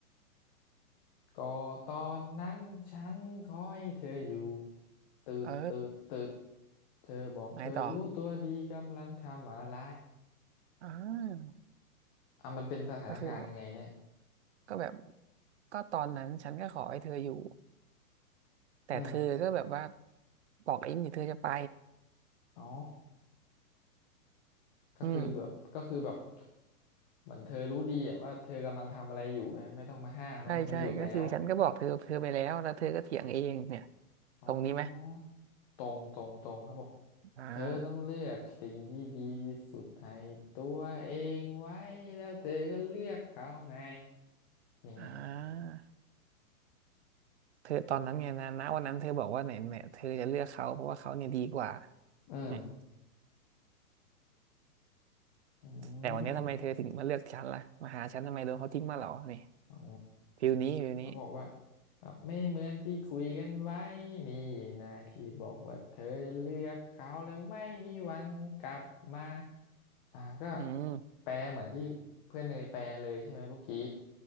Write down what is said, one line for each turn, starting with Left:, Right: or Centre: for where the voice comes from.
Left: ก็ตอนนั้นฉันคอยเธออยู่ตืดตืดตืด
Right: เออ
Left: เธอบอกเธอรู้ตัวดีกำลังทำอะไร
Right: ไหนต่ออ่า
Left: อ่ะมันเป็นสถานการณ์ยังไงเนี่ย
Right: ก็คือก็แบบก็ตอนนั้นฉันก็ขอให้เธออยู่แต่เธอก็แบบว่า
Left: อืม
Right: บอกเองดิเธอจะไป
Left: อ๋อก็คือแบบก็คือแบบ
Right: อืม
Left: เหมือนเธอรู้ดีอะว่าเธอกำลังทำอะไรอยู่ไงไม่ต้องมาห้ามไม่ต้องมาหยุดแล้ว
Right: ใช่ใช่ก็คือฉันก็บอกเธอเธอไปแล้วแล้วเธอก็เถียงเองเนี่ย
Left: อ๋อ
Right: ตรงนี้ไหม
Left: ตรงตรงตรงครับบอก
Right: อ่า
Left: เธอต้องเลือกสิ่งที่ดีที่สุดให้ตัวเองไว้แล้วเธอก็เลือกเขาไงยังไง
Right: อ่าเธอตอนนั้นไงนะณวันนั้นเธอบอกว่าเนี่ยเนี่ยเธอจะเลือกเขาเพราะว่าเขาเนี่ยดีกว่า
Left: อืม
Right: เนี่ย
Left: อื
Right: แต่วันนี้ทำไมเธอถึงมาเลือกฉันล่ะมาหาฉันทำไมโดนเขาทิ้งมาเหรอนี่
Left: ม อ๋อ
Right: ฟิลนี้ฟิลนี้
Left: เขาบอกว่าแบบไม่เหมือนที่คุยกันไว้นี่นะที่บอกว่าเธอจะเลือกเขาแล้วไม่มีวันกลับมาอ่าก็
Right: อืม
Left: แปลเหมือนที่เพื่อนเนยแปลเลยใช่ไหมเมื่อกี้